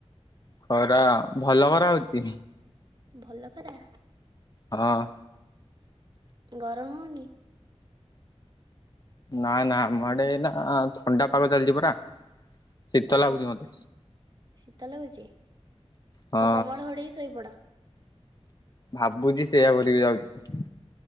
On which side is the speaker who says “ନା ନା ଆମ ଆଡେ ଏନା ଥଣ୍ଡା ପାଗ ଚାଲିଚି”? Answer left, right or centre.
Left